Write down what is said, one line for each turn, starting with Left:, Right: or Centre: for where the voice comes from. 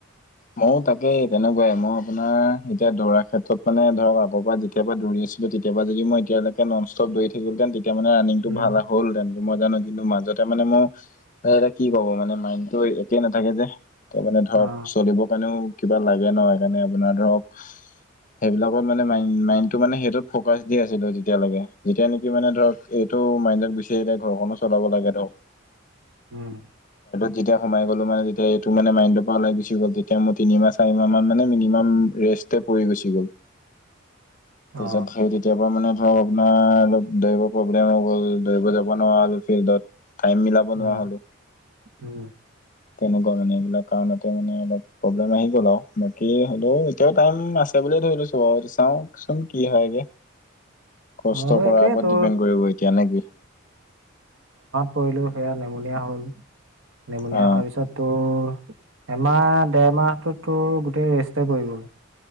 Left: ময় তাকে তেনেকুৱাই মই আপোনাৰ এতিয়া দৌৰা ক্ষেত্ৰত মানে ধৰক আ'ৰ পৰা যেতিয়াবা দৌৰি আছিলো তেতিয়া যদি মই এতিয়ালৈকে নষ্টপ দৈ থাকিলোঁতে তেতিয়া মে ৰানিংটো
Right: উম
Left: ভাল হলেতেন মই জানো কিন্তু মাজতে মানে মোৰ কি কব মানে মাইণ্ডতটো একেই নাথাকে যে। ত মানে ধৰক
Right: অ
Left: চলিব কাৰণেও কিবা লাগে ন সেইকাৰণে আপোনাৰ ধৰক সেইবিলাকত মানে ম মাইণ্ডটো মানে সেইটোত ফকাচ দি আছিলো তেতিয়ালৈকে যেতিয়া নেকি মানে ধৰক সেইটো মাইণ্ডক গুচিয়া ঘৰখনো চলাব লাগে ধৰক
Right: উম
Left: যেতিয়া সোমাই গলো মানে তেতিয়া এইটো মানে মাইন্ড পৰা ও গ তেতিয়া মোৰ তিনিমাহ চাৰি মাহ মান মানে মিনিমাম ৰেষ্ট পৰি গুচি গ'ল। তাৰিছত
Right: অ
Left: সেই তেতিয়া পৰা মানে ধৰ আপোনাৰ অলপ দৌৰিব প্ৰব্লেম হৈ গ'ল দৌৰিব যাব নোৱাৰো ফিল্ডত টাইম মিলাব
Right: উম
Left: নোৱাৰা হলো
Right: উম
Left: তেনেকুৱা মানে এইবিলাক কাৰণত এতিয়া মানে অলপ প্ৰব্লেম আহি গ'ল আৰু বাকী হ'লেও এতিয়াও টাইম আছে বুলিয়ে ধৰি লৈছোঁ বাৰ চাওঁক চোন কি হয় গে কষ্ট
Right: মোৰো
Left: কৰাৰ
Right: একেই
Left: ওপৰত
Right: তোৰ
Left: ডিপেণ্ড কৰিব এতিয়া নেকি?
Right: কৰিলো সেয়া নেমুনীয়া হল নেমুনিয়
Left: অ
Right: হোৱাৰ পিছত তো। এমাহ দেৰমাহটো তোৰ গোটেই ৰেষ্টে পৰি গ'ল।